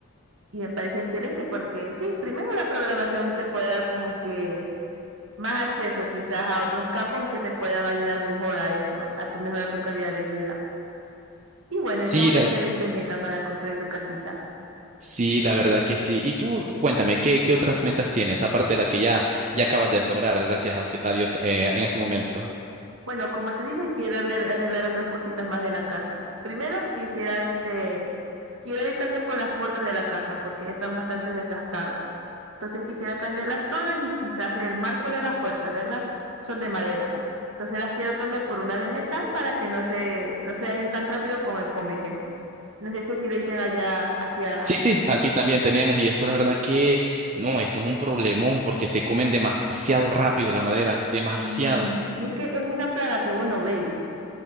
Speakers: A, on the right (about 60°); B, on the right (about 30°).
A: Y me parece excelente porque sí, primero la programación te puede dar como que más acceso quizás a otros campos que te puedan ayudar mejor a eso, a, a tu mejorar tu calidad de vida. Y bueno,
B: Sí,
A: eso es una
B: la
A: excelente meta para construir tu casita.
B: Sí, la verdad que sí. Y tú, cuéntame, ¿qué, qué otras metas tienes, aparte de la que ya, ya acabas de lograr, gracias a, si, a Dios, eh, en este momento?
A: Bueno, como te dije, quiero arreglar arreglar otras cositas más de la casa. Primero quisiera, este, quiero ir también por las puertas de la casa porque ya están bastante desgastadas. Entonces quisiera cambiarlas todas y quizás el marco de las puertas, ¿verdad? Son de madera. Entonces las quiero cambiar por una de metal para que no se, no se dañen tan rápido con el comején. No sé si así le dicen allá hacia...
B: Sí, sí, aquí también tenemos, y eso la verdad que no, eso es un problemón porque se comen demasiado rápido la madera,
A: Sí,
B: demasiado.
A: y es que es una plaga que vos no veis.